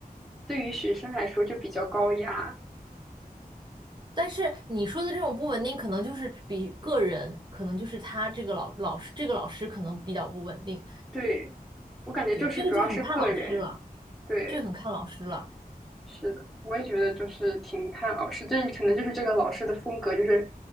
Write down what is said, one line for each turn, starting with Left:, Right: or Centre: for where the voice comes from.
Centre: 对于学生来说就比较高压。
Right: 但是你说的这种不稳定，可能就是比个人，可能就是他这个老老师，这个老师可能比较不稳定。
Centre: 对，我感觉就是主要是个人。
Right: 对，这个就很看老师了，
Centre: 对，
Right: 这个很看老师了。
Centre: 是的，我也觉得就是挺看老师，这可能就是这个老师的风格，就是